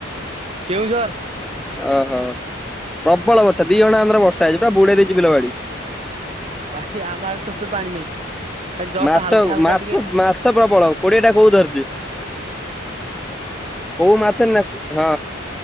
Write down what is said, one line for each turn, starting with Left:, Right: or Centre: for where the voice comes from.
Right: କେଉଁଝର।
Centre: ଓହୋ ପ୍ରବଳ ବର୍ଷା ଦି ଘଣ୍ଟା ଧରେ ବର୍ଷା ହେଇଛି ପୁରା ବୁଡେଇ ଦେଇଛି ବିଲବାଡି।
Right: ଭାଇ ଆମଆଡ଼େ ଟୋପେ ପାଣି ନାହିଁ। ଖାଲି ଜଷ୍ଟ
Centre: ମାଛ
Right: ହାଲକା ହାଲକା
Centre: ମାଛ
Right: ଟିକେ
Centre: ମାଛ ପ୍ରବଳ କୋଡିଏଟା କୋଉ ଧରିଛି। କୋଉ ମାଛ ନା ହଁ